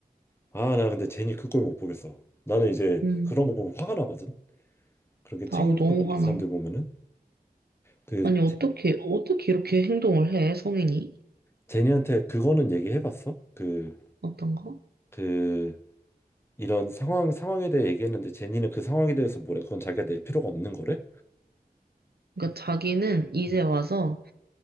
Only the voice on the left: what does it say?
아, 나 근데 제니 그 꼴 못 보겠어. 나는 이제
그런 거 보면 화가 나거든? 그렇게 책임감
없는
사람들 보면은. 그
제니한테 그거는 얘기해봤어? 그,
그, 이런 상황, 상황에 대해 얘기했는데 제니는 그 상황에 대해서 뭐래? 그건 자기가 낼 필요가 없는 거래?
응.